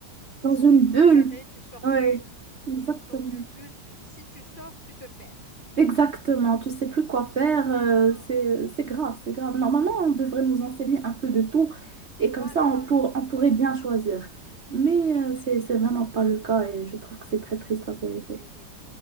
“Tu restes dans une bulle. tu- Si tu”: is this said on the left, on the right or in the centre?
Left